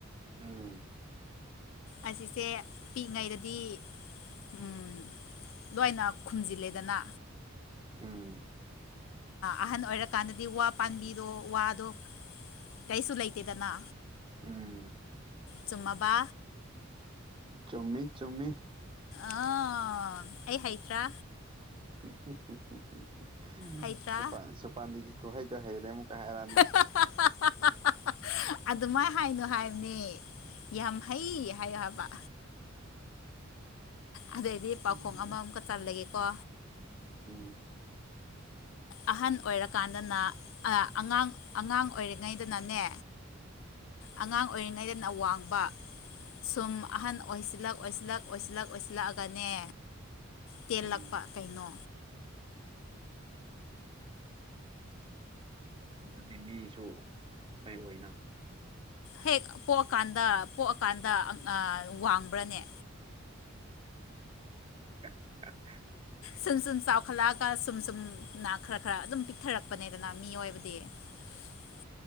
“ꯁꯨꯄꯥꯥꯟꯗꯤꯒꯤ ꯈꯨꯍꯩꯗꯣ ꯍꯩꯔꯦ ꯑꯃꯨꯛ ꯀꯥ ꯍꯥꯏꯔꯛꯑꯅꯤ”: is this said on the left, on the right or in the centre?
Right